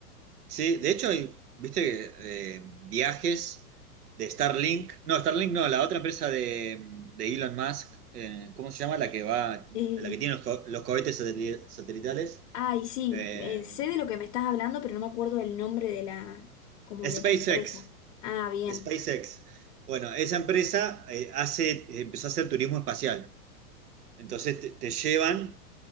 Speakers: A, on the right (about 80°); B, on the left (about 55°).
A: sí. De hecho, hay, viste que eh, viajes de Starlink, no, Starlink no, la otra empresa de, de Elon Musk, eh, ¿cómo se llama? La que va,
B: Eh,
A: la que tiene los, co- los cohetes satel- satelitales,
B: Ay, sí,
A: eh,
B: eh, sé de lo que me estás hablando, pero no me acuerdo el nombre de la, como
A: SpaceX.
B: de la empresa. Ah, bien,
A: SpaceX. Bueno, esa empresa eh, hace, empezó a hacer turismo espacial. Entonces te, te llevan,